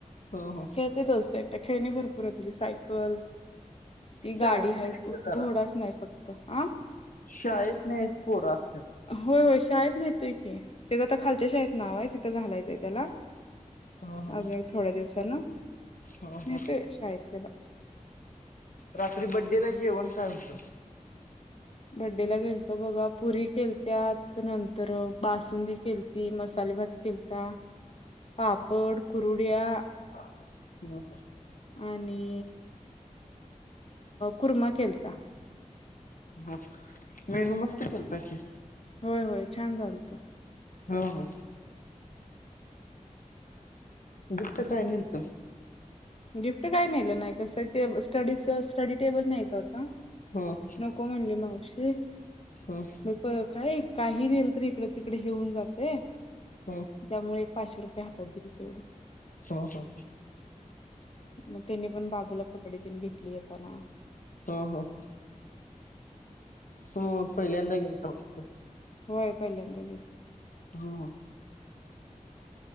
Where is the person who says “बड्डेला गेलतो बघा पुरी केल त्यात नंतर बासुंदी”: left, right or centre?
Left